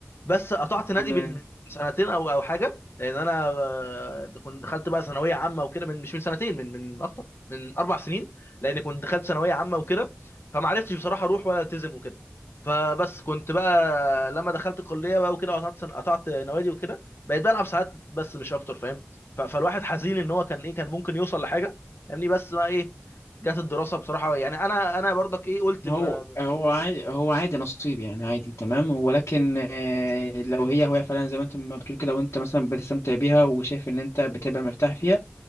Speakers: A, on the left (about 60°); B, on the left (about 80°).
A: بس قطعت نادي
B: تمام
A: من من سنتين او او حاجه لان انا آه، كنت دخلت بقى ثانويه عامه وكده من مش من سنتين من من اكتر من اربع سنين لان كنت دخلت ثانويه عامه وكده فما عرفتش بصراحه اروح ولا التزم وكده فبس كنت بقى لما دخلت الكليه بقى وكده قطعت سن- قطعت نوادي وكده بقيت بلعب ساعات بس مش اكتر فاهم ف- فالواحد حزين ان هو كان ايه كان ممكن يوصل لحاجه فاهمني بس بقى ايه جت الدراسه بصراحه يعني انا انا برضك ايه قلت
B: هو
A: ما-
B: هو عادي هو عادي نصيب يعني عادي تمام ولكن آه، لو هي هواية فعلا زي ما انت ما بتقول كده وانت مثلا بتستمتع بيها وشايف ان انت بتبقى مرتاح فيها